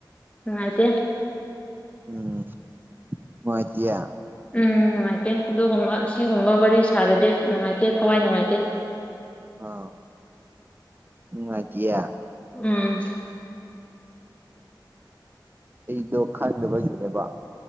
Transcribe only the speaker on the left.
ꯎꯝ ꯑꯥꯏꯇꯦ
ꯎꯝ ꯅꯨꯡꯉꯥꯏꯇꯦ ꯑꯗꯨꯒꯨꯝꯕ ꯑꯁꯤꯒꯨꯝꯕ ꯋꯥꯔꯤ ꯁꯥꯔꯗꯤ ꯅꯨꯡꯉꯥꯏꯇꯦ ꯊꯋꯥꯏ ꯅꯨꯡꯉꯥꯏꯇꯦ
ꯎꯝ